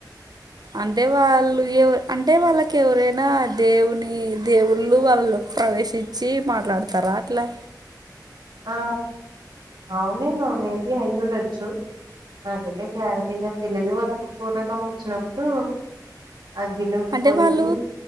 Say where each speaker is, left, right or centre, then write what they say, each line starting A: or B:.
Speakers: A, on the right (about 65°); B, on the right (about 85°).
A: అంటే వాళ్ళు ఏ అంటే వాళ్ళకి ఎవరైనా దేవుని దేవుళ్ళు వాళ్ళలో ప్రవేశించ చి మాట్లాడుతార అట్లా
B: ఆ అవునేమ మేబి అయ్యిండొచ్చు నాకైతే క్లారిటీగా తెలీదు వాళ్ళకు పూనకాం వచ్చినప్పుడు అగ్గిలోకి
A: అంటే
B: పోయి
A: వాళ్ళు